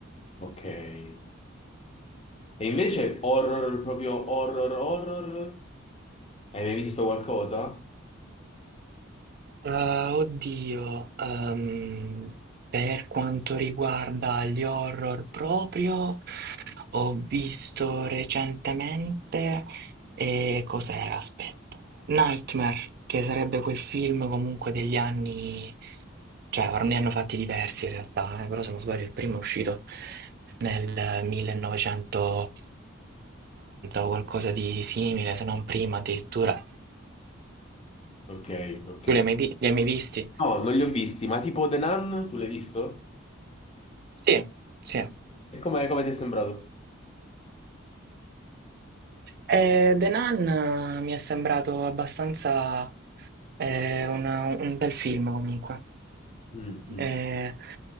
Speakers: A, on the left; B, on the right.
A: Ok. E invece horror, proprio horror, horror? Hai mai visto qualcosa?
B: Ah, oddio, ehm, per quanto riguarda gli horror proprio, ho visto recentemente, e cos'era? Aspetta, Nightmare, che sarebbe quel film comunque degli anni, cioè or- ne hanno fatti diversi in realtà, eh, però se non sbaglio il primo è uscito nel 1990 o qualcosa di simile, se non prima addirittura.
A: Ok, ok.
B: Tu li hai mai, vi- li hai mai visti?
A: No, non li ho visti, ma tipo The Nun, tu l'hai visto?
B: Sì, sì.
A: E com'è, come ti è sembrato?
B: Eh, The Nun eh, mi è sembrato abbastanza eh, un, un bel film comunque.
A: Mm, mm.
B: Eh,